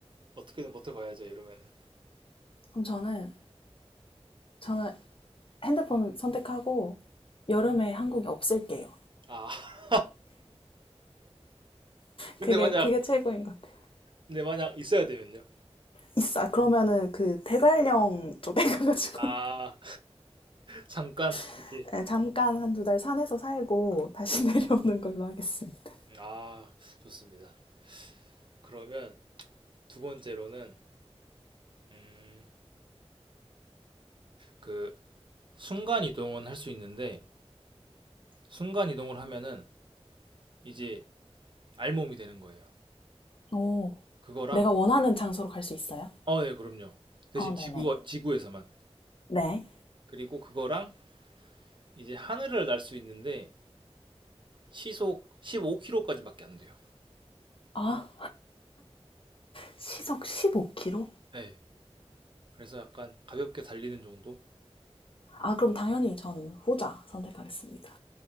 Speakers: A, on the right; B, on the left.
A: 어떻게든 버텨봐야죠, 이러면은.
B: 그럼 저는, 저는 핸드폰 선택하고 여름에 한국에 없을게요.
A: 아, <laughs> 근데
B: 그게
A: 만약
B: 그게 최고인 것 같아요.
A: 근데 만약 있어야 되면요.
B: 있어. 그러면은 그 대관령 쪽에 가가지고
A: 아, 잠깐
B: <laughs>
A: 이렇게
B: 네, 잠깐 한 두 달 산에서 살고 다시 <laughs> 내려오는 걸로 하겠습니다.
A: 음, 아 좋습니다. 그러면 두 번째로는 음, 그 순간 이동은 할 수 있는데 순간 이동을 하면은 이제 알몸이 되는 거예요.
B: 오,
A: 그거랑
B: 내가 원하는 장소로 갈 수 있어요?
A: 어, 예, 그럼요. 대신
B: 어, 네네.
A: 지구 지구에서만.
B: 네.
A: 그리고 그거랑 이제 하늘을 날 수 있는데 시속 15km까지밖에 안 돼요.
B: 아, 시속 15km?
A: 예. 네. 그래서 약간 가볍게 달리는 정도?
B: 아, 그럼 당연히 전 후자 선택하겠습니다.